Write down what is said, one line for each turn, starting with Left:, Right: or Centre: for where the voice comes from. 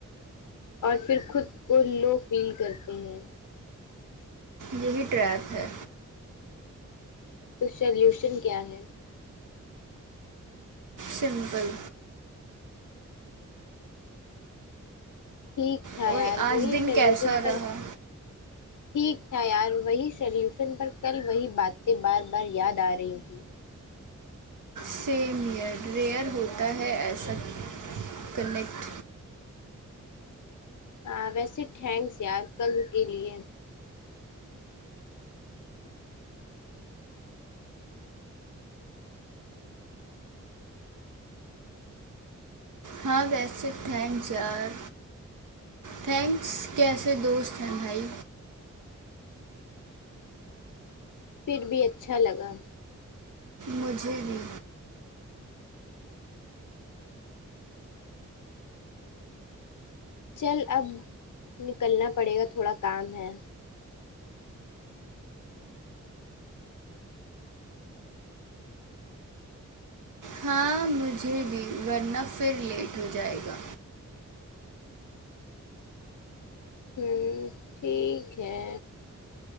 Left: اور پھر خود کو لو فیل کرتے ہیں
Right: یہی ٹریپ ہے
Left: تو سلوشن کیا ہے
Right: سمپل
Left: ٹھیک تھا
Right: اور
Left: یار وہی
Right: آج دن
Left: سلیوشن
Right: کیسا
Left: پر
Right: رہا
Left: ٹھیک تھا یار وہی سلیوشن پر کل وہی باتیں بار بار یاد آ رہی تھیں
Right: سیم ایئر ریئر ہوتا ہے ایسا کنیکٹ
Left: ہاں ویسے ٹھینکس یار کل کے لیے
Right: ہاں ویسے تٹھینک یار تھینکس کیسے دوست ہیں بھائی
Left: پھر بھی اچھا لگا
Right: مجھے بھی
Left: چل اب نکلنا پڑے گا تھوڑا کام ہے
Right: ہاں مجھے بھی ورنہ پھر لیٹ ہو جائے گا
Left: ہ ٹھیک ہے